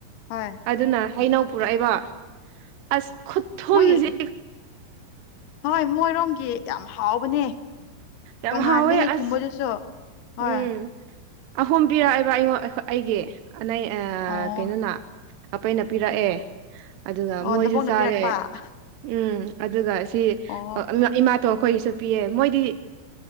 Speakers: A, on the left; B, on the right.
A: ꯍ
B: ꯑꯗꯨꯅ ꯍꯩꯅꯧ ꯄꯨꯔꯛꯏꯕ ꯑꯁ ꯈꯨꯊꯨꯝꯁꯦ
A: ꯃꯣꯏꯒꯤ ꯍꯣꯏ ꯃꯣꯏꯔꯣꯝꯒꯤ ꯌꯥꯝ ꯍꯥꯎꯕꯅꯦ
B: ꯌꯥꯝ
A: ꯇꯣꯡꯉꯥꯟꯕꯅꯦ
B: ꯍꯥꯎꯋꯦ ꯑꯁ
A: ꯊꯨꯝꯕꯗꯨꯁꯨ
B: ꯎꯝ
A: ꯍꯣꯏ
B: ꯑꯍꯨꯝ ꯄꯤꯔꯛꯑꯦꯕ ꯑꯩꯉꯣꯟ ꯑꯩꯒꯤ ꯑꯩ
A: ꯑꯣ
B: ꯀꯩꯅꯣꯅ ꯑꯄꯩꯅ ꯄꯤꯔꯛꯑꯦ ꯑꯗꯨꯒ
A: ꯑꯣ
B: ꯃꯣꯏꯁꯨ
A: ꯅꯕꯣꯛꯅ
B: ꯆꯥꯔꯦ
A: ꯄꯤꯔꯛꯄ
B: ꯎꯝ ꯑꯗꯨꯒ ꯁꯤ
A: ꯑꯣ
B: ꯏꯃꯥꯇꯣ ꯑꯩꯈꯣꯏꯒꯤꯁꯨ ꯄꯤꯌꯦ ꯃꯣꯏꯗꯤ